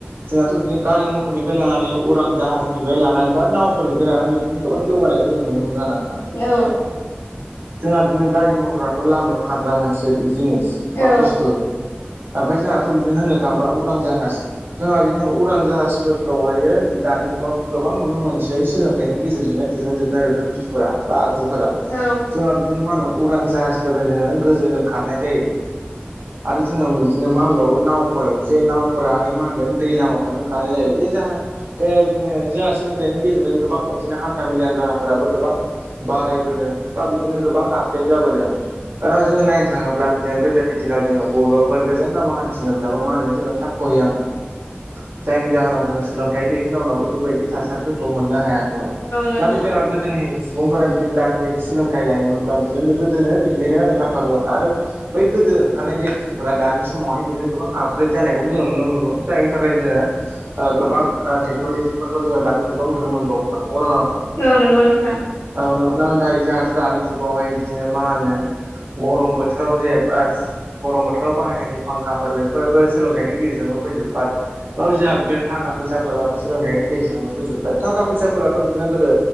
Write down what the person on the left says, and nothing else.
औ
औ
औ
<inaudible>
<inaudible>
नंगौ
औ नंगौ नोंथां।